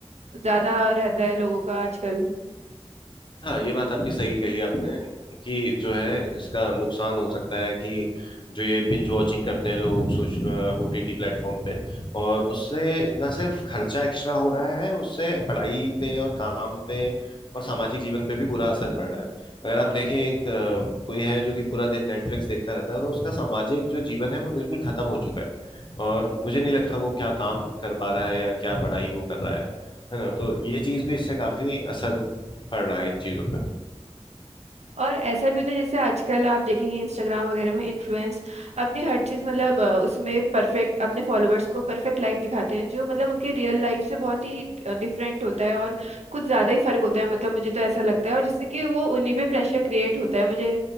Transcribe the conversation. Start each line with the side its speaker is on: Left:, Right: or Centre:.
Right: ज़्यादा रहता है लोगों का आजकल
Left: हाँ ये बात आपकी सही कही आपने कि जो है इसका नुकसान हो सकता है कि जो ये बिंज वॉचिंग करते हैं लोग सोच ओटीटी प्लेटफॉर्म पे और उससे ना सिर्फ खर्चा एक्स्ट्रा हो रहा है उससे पढ़ाई पे और काम पे और सामाजिक जीवन पे भी बुरा असर पड़ रहा है अगर आप देखें एक अ, कोई है जो कि पूरा दिन नेटफ्लिक्स देखता रहता है तो उसका सामाजिक जो जीवन है वो बिल्कुल खत्म हो चुका है और मुझे नहीं लगता वो क्या काम कर पा रहा है या क्या पढ़ाई वो कर रहा है है ना तो ये चीज भी इससे काफी असर पड़ रहा है इन चीजों पे
Right: और ऐसा भी होता है जैसे आजकल आप देखेंगे इंस्टाग्राम वगैरह में इन्फ्लुएंस अपनी हर चीज़ मतलब अ, उसमें परफेक्ट अपने फॉलोअर्स को परफेक्ट लाइफ दिखाते हैं जो मतलब उनके रियल लाइफ से बहुत ही डिफरेंट होता है और कुछ ज़्यादा ही फर्क होता है मतलब मुझे तो ऐसा लगता है और जिससे कि वो उन्हीं पे प्रेशर क्रिएट होता है मुझे